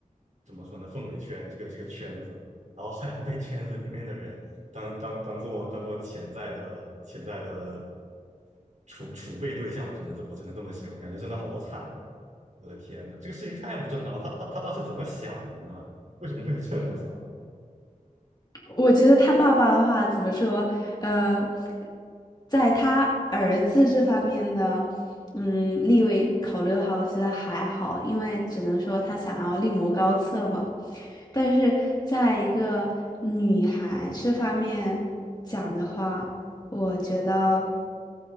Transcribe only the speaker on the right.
怎么说呢氛围圈，这个这个圈子，然后还要被圈子里面的人当当当做当做潜在的潜在的储储备对象，我只能这我只能这么形容，感觉真的好惨啊！我的天呐，这个事情太不正常了。他他他爸是怎么想的呢？为什么会有这种想法？